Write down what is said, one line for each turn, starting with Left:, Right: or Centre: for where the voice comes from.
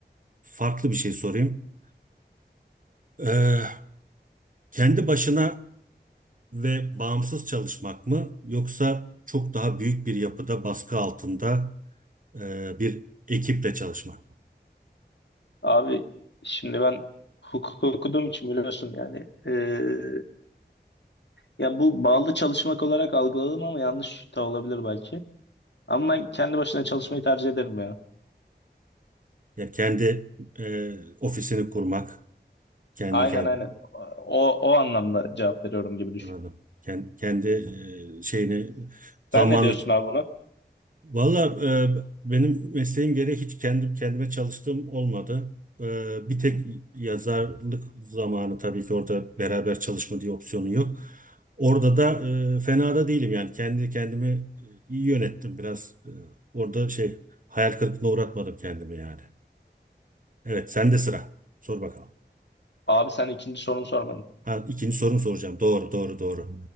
Right: farklı bir şey sorayım. Ee, kendi başına Ve bağımsız çalışmak mı yoksa çok daha büyük bir yapıda baskı altında e, bir ekiple çalışmak mı?
Left: Abi şimdi ben hukuk okuduğum için biliyorsun yani. eee, ya bu bağlı çalışmak olarak algıladım ama yanlış da olabilir belki. Ama ben kendi başına çalışmayı tercih ederim ya.
Right: Yani kendi e, ofisini kurmak, kendi
Left: Aynen
Right: kendi
Left: aynen. O, o anlamda cevap veriyorum gibi düşün.
Right: anladım. Kendi, kendi e, şeyini zamanlı
Left: Sen ne diyorsun abi buna?
Right: Valla e, benim mesleğim gereği hiç kendim kendime çalıştığım olmadı. E, bir tek yazarlık zamanı tabii ki orada beraber çalışma diye opsiyonun yok. Orada da e, fena da değilim yani kendi kendimi e, iyi yönettim biraz. E, orada şey hayal kırıklığına uğratmadım kendimi yani. Evet sende sıra. Sor bakalım.
Left: Abi sen ikinci sorunu sormadın. <laughs>
Right: Ha, ikinci sorumu soracağım. Doğru doğru doğru.